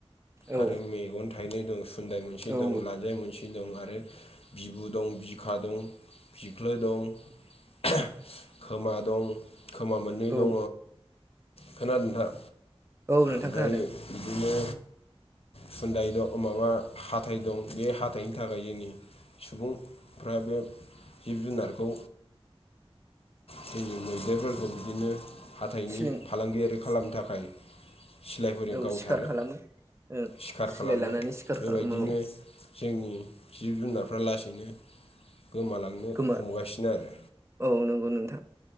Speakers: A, on the right; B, on the left.
A: औ
B: आरो मेगन थायनै दं सुन्दाय मोनसे
A: औ
B: दं लान्जाय मोनसे। दं आरो बिबु दं बि खखा दं फिख्लो दं खोमा दं खोमा मोननै
A: औ
B: दङ खोनादों नोंथां।
A: औ नोंथां
B: ओमफ्राय
A: खोनादों
B: बिदिनो खुन्दाय दं माबा हााइ दं बे हाथाइनि थाखाय जोंनि सुबुंफ्रा बे जिब जुनारखौ जोंनि मैदेरफोरखौ बिदिनो हाथाइनि
A: सिलिं
B: फालांगियारि खालामनो थाखाय सिलायफोरजों
A: औ
B: गावथारो
A: सिखार खालामो ओं
B: सिखार
A: सिलाय
B: खालामो।
A: लानानै सिखार
B: बेबायदिनो
A: खालामो औ
B: जोंनि जिब जुनारफ्रा लासैनो गोमालाङो। नो
A: गोमा
B: हमगासिनो आरो
A: औ नंगौ नोंथां